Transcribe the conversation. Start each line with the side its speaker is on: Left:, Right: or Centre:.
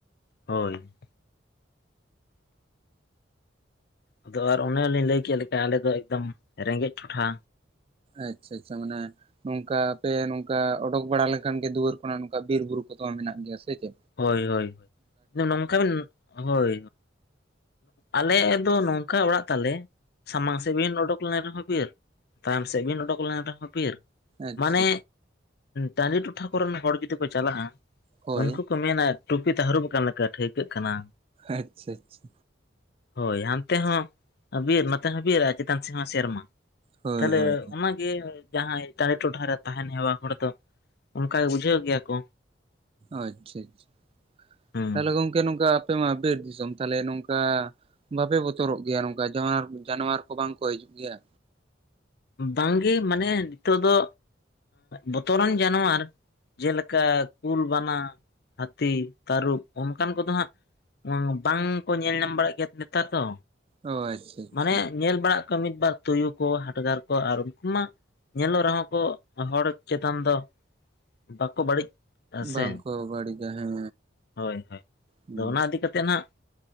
Left: ᱦᱳᱭ᱾ ᱟᱫᱚ ᱟᱨ ᱚᱱᱮᱚᱞᱤᱧ ᱞᱟᱹᱭ ᱠᱮᱫ ᱞᱮᱠᱟ ᱟᱞᱮᱫ ᱫᱚ ᱮᱠᱫᱚᱢ ᱨᱮᱸᱜᱮᱡ ᱴᱚᱴᱷᱟ᱾
Right: ᱟᱪᱪᱷᱟ ᱟᱪᱪᱷᱟ ᱢᱟᱱᱮᱼᱼ ᱱᱚᱝᱠᱟ ᱯᱮ ᱱᱚᱝᱠᱟ ᱚᱰᱩᱠ ᱵᱟᱲᱟ ᱞᱮᱱᱠᱷᱟᱱ ᱜᱮ ᱫᱩᱣᱟᱹᱨ ᱠᱷᱚᱱᱟᱜ ᱱᱚᱝᱠᱟ ᱵᱤᱨᱵᱩᱨᱩ ᱠᱚᱫᱚᱢᱟ ᱢᱮᱱᱟᱜ ᱜᱮᱭᱟ ᱥᱮ ᱪᱮ?
Left: ᱦᱳᱭ ᱦᱳᱭ ᱦ ᱱᱚᱝᱠᱟ ᱵᱮᱱ ᱦᱳᱜᱼᱼ ᱟᱞᱮᱭᱟᱜ ᱫᱚ ᱱᱚᱝᱠᱟ ᱚᱲᱟᱜ ᱛᱟᱞᱮ ᱥᱟᱢᱟᱝ ᱥᱮᱫ ᱵᱤᱱ ᱩᱰᱩᱠ ᱞᱮᱱ ᱨᱮᱦᱚᱸ ᱵᱤᱨ, ᱛᱟᱭᱚᱢ ᱥᱮᱫ ᱵᱤᱱ ᱚᱰᱚᱠ ᱞᱮᱱ ᱨᱮᱦᱚᱸ ᱵᱤᱨ,
Right: ᱟᱪᱪᱷᱟ
Left: ᱢᱟᱱᱮ ᱴᱟᱹᱰᱤ ᱴᱚᱴᱷᱟ ᱠᱚᱨᱮᱱ ᱦᱚᱲ ᱡᱩᱫᱤ ᱠᱚ ᱪᱟᱞᱟᱜᱼᱟ
Right: ᱦᱳᱭ
Left: ᱩᱱᱠᱩᱼᱼ ᱠᱚ ᱢᱮᱱᱟ ᱴᱩᱯᱤ ᱛᱮ ᱦᱟᱹᱨᱩᱵ ᱟᱠᱟᱱ ᱞᱮᱠᱟ ᱴᱷᱟᱹᱣᱠᱟᱹᱜ ᱠᱟᱱᱟ᱾
Right: ᱟᱪᱪᱷᱟ ᱟᱪᱪᱷᱟ᱾
Left: ᱦᱳᱭ ᱦᱟᱱᱛᱮ ᱦᱚᱸ ᱵᱤᱨ ᱱᱛᱮ ᱦᱚᱸ ᱵᱤᱨ ᱪᱮᱛᱟᱱ ᱥᱮᱫ ᱦᱚᱸ ᱥᱮᱨᱢᱟ
Right: ᱦᱳᱭ
Left: ᱛᱟᱦᱚᱞᱮ
Right: ᱦᱳᱭ
Left: ᱚᱱᱟᱼᱼ ᱡᱟᱦᱟᱸᱭ ᱪᱟᱨᱮ ᱴᱚᱴᱷᱟᱨᱮ ᱛᱟᱦᱮᱱ ᱦᱮᱣᱟ ᱦᱚᱲ ᱫᱚ ᱚᱱᱠᱟᱜ ᱵᱩᱡᱷᱟᱹᱣ ᱜᱮᱭᱟ ᱠᱚ᱾
Right: ᱟᱪᱪᱷᱟ ᱟᱪᱪᱷᱟ᱾
Left: ᱦᱩᱸ
Right: ᱛᱟᱦᱚᱞᱮ ᱜᱚᱝᱠᱮ ᱱᱚᱝᱠᱟ ᱟᱯᱮ ᱢᱟ ᱵᱤᱨ ᱫᱤᱥᱚᱢ ᱛᱟᱦᱚᱞᱮ ᱱᱚᱝᱼᱠᱟ ᱵᱟᱯᱮ ᱵᱚᱛᱚᱨᱼᱼ ᱩᱛᱚᱨᱚᱜ ᱜᱮᱭᱟ ᱱᱚᱝᱠᱟ ᱡᱟᱱᱣ ᱡᱟᱱᱣᱟᱨ ᱠᱚ ᱵᱟᱝ ᱠᱚ ᱦᱤᱡᱩᱜ ᱜᱮᱭᱟ᱾
Left: ᱵᱟᱝᱜᱮ ᱢᱟᱱᱮ ᱱᱤᱛᱚᱜ ᱫᱚ ᱵᱚᱛᱚ ᱨᱟᱱ ᱡᱟᱱᱣᱟᱨᱼᱼ ᱡᱮᱞᱮᱠᱟ ᱠᱩᱞ ᱵᱟᱱᱟ ᱦᱟᱹᱛᱤ ᱛᱟᱹᱨᱩᱵ ᱚᱱᱠᱟᱱ ᱠᱚᱫᱚ ᱦᱟᱸᱜᱼᱼ ᱵᱟᱝ ᱵᱟᱝ ᱠᱚ ᱧᱮᱞ ᱧᱟᱢ ᱵᱟᱲᱟᱜ ᱜᱮᱭᱟ ᱱᱮᱛᱟᱨ ᱫᱚ
Right: ᱚ ᱟᱪᱪᱷᱟ ᱟᱪᱪᱷᱟ
Left: ᱢᱟᱱᱮ ᱧᱮᱞ ᱵᱟᱲᱟᱜ ᱠᱚᱣᱟ ᱢᱤᱫ ᱵᱟᱨ ᱛᱩᱭᱩ ᱠᱚ ᱦᱟᱴᱜᱟᱨ ᱠᱚᱼᱼ ᱟᱨ ᱩᱱᱠᱩ ᱢᱟ ᱧᱮᱞᱚᱜ ᱨᱮᱦᱚᱸ ᱠᱚ ᱦᱚᱲ ᱪᱮᱛᱟᱱ ᱫᱚᱼᱼ ᱵᱟᱠᱚ ᱵᱟᱹᱲᱤᱡ ᱟ ᱥᱮ
Right: ᱵᱟᱝᱠᱚ ᱵᱟᱹᱲᱤᱡᱟ ᱦᱮᱸ
Left: ᱾ᱦᱳᱭ ᱦᱳᱭ
Right: ᱦᱩᱸ
Left: ᱟᱫᱚ ᱚᱱᱟ ᱤᱫᱤ ᱠᱟ ᱠᱟᱛᱮᱜ ᱦᱱᱟᱜ